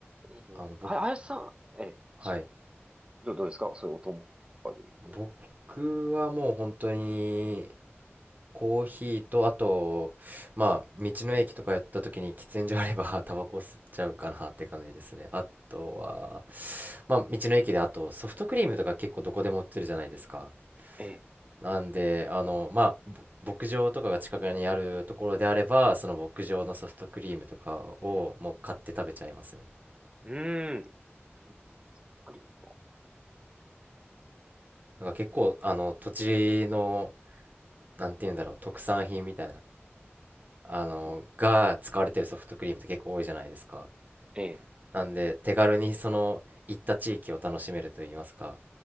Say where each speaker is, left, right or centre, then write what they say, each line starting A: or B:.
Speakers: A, on the right; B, on the right.
A: うん。
B: あの僕
A: あ、あやしさん、え、そ
B: はい
A: どう、どうですかそういうお供とかで言うと。
B: 僕はもう本当にコーヒーと、あと、まあ、道の駅とか寄った時に喫煙所あれば、<laughs> タバコ吸っちゃうかなって感じですね。あとは、まあ、道の駅で、あと、ソフトクリームとか結構どこでも売ってるじゃないですか。
A: え
B: なんで、あの、まあ、ぼ牧場とかが近くにあるところであれば、その牧場のソフトクリームとかをもう買って食べちゃいますね。
A: うーん、いいですね、ソフトクリームも。
B: なんか結構、あの、土地の、なんて言うんだろう、特産品みたいな、あの、
A: うん
B: が使われてるソフトクリームって結構多いじゃないですか。
A: え、
B: なんで、手軽にその行った地域を楽しめると言いますか。